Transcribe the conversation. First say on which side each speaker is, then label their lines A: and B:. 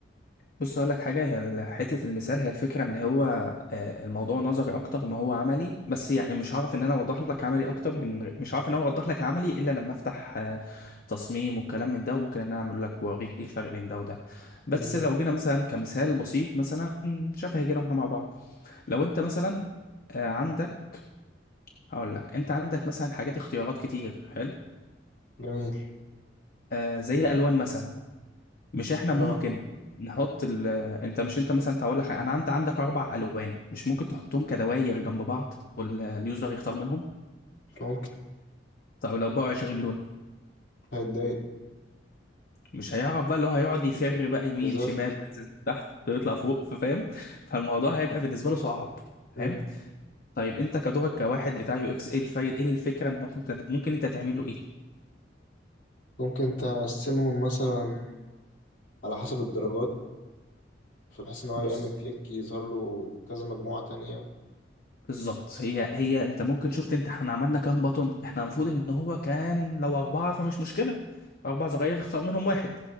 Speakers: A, on the left; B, on the left.
A: بص اقول لك حاجه هي ال- حته المثال هي الفكره ان هو آه، الموضوع نظري اكتر ما هو عملي بس يعني مش هعرف ان انا اوضح لك عملي اكتر من مش هعرف ان انا اوضح لك العملي الا لما افتح آه، تصميم والكلام من ده وممكن ان انا اعمل لك واوريك ايه الفرق بين ده وده بس
B: مم.
A: لو جينا مثلا كمثال بسيط مثلا شفهي جينا واحنا مع بعض لو انت مثلا آه، عندك هقول لك انت عندك مثلا حاجات اختيارات كتير حلو
B: جميل
A: آه، زي الالوان مثلا مش احنا
B: اه
A: ممكن نحط ال انت مش انت مثلا هقول لك انا عندي عندك اربع الوان مش ممكن تحطهم كدواير جنب بعض واليوزر يختار منهم
B: ممكن
A: طب لو بقى 20 لون
B: هيتضايق
A: مش هيعرف بقى اللي هو هيقعد يفر بقى يمين
B: بالظبط
A: شمال وينزل تحت ويطلع فوق فاهم فالموضوع هيبقى بالنسبه له صعب فاهم
B: مم.
A: طيب انت كدورك كواحد بتاع يو اكس ايه الفايد ايه الفكره انت ممكن ممكن انت تعمله ايه
B: ممكن تقسمهم مثلا على حسب الدرجات فبحيث ان هو
A: بص
B: يعمل كليك يظهر له كذا مجموعه تانية
A: بالظبط هي هي انت ممكن شفت انت احنا عملنا كام بطن احنا المفروض ان هو كان لو اربعه فمش مشكله اربع صغير اختار منهم واحد